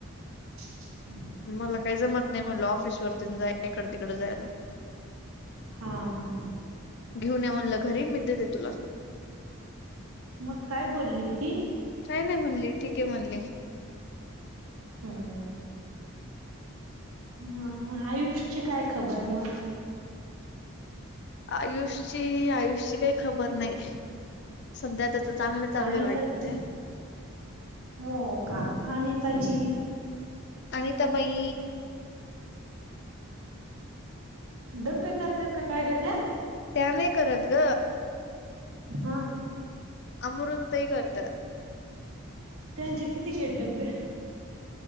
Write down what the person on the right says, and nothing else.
<inaudible>
हां हां.
मग काय बोलली ती?
हम्म. अं आयुषची काय खबर मग?
आणि
त्याच हो का हानी ताची
डब्बे करतात का काय ग त्या
हा
त्यांचे कितीचेेत डब्बे